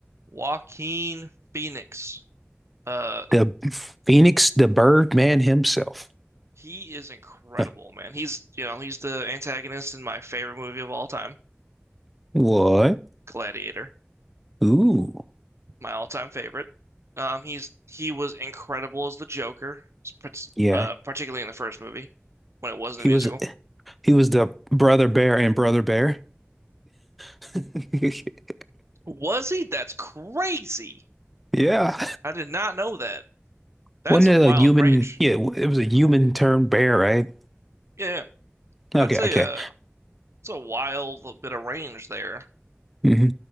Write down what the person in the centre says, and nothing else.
The Phoenix, the Birdman himself.
Huh.
What?
Ooh.
Yeah.
He
was he was the brother bear and brother bear. <laughs>
Yeah.
Wasn't
it a
human?
Yeah, it was a human turned bear, right?
Okay,
okay.
hmm